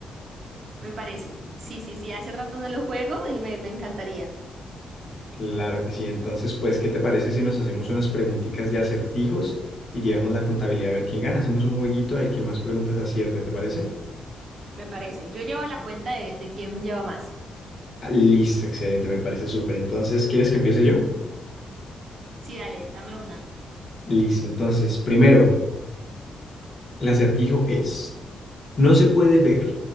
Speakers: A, on the right (about 50°); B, on the left (about 45°).
A: Me parece. Sí, sí, sí, hace rato no lo juego y me, me encantaría.
B: Claro que sí, entonces pues, ¿qué te parece si nos hacemos unas preguntitas de acertijos y llevamos la contabilidad a ver quién gana? Hacemos un jueguito al que más preguntas acierte, ¿te parece?
A: Me parece. Yo llevo la cuenta de, de quién lleva más.
B: Ah, listo, excelente, me parece súper. Entonces, ¿quieres que empiece yo?
A: Sí, dale, dame una.
B: Listo, entonces, primero, el acertijo es... No se puede ver,